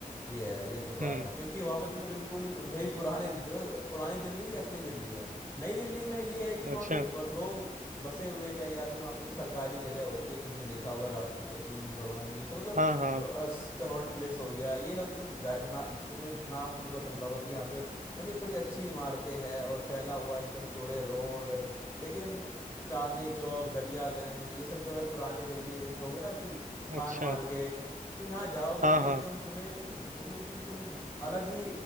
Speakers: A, on the left (about 20°); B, on the right (about 60°).
A: ये है ये तो बात
B: हुँ,
A: है क्योंकि वहां पे तुम्हें बिल्कुल वही पुरानी पुरानी दिल्ली असली दिल्ली है नई दिल्ली में ये है कि वहां
B: अच्छा।
A: पे वो लोग बसे हुए हैं या फिर वहां पे जैसे सरकारी जगह होती है तुमने देखा होगा राष्ट्रपति भवन ये सब मतलब
B: हाँ, हाँ,
A: और स- कनॉट प्लेस हो गया ये है तुम्हें दा- ना, तुम्हें नाम से पता चल रहा होगा कि यहाँ पे मतलब थोड़ी अच्छी इमारतें हैं और फैला हुआ एकदम चौड़े रोड लेकिन चांदनी चौक दरियागंज ये सब जो है पुरानी दिल्ली जैसे हो गया ना कि खान
B: अच्छा।
A: मार्केट तुम यहाँ जाओगे
B: हाँ,
A: तो
B: हाँ।
A: एकदम तुम्हें अ, मतलब कि तुम अलग ही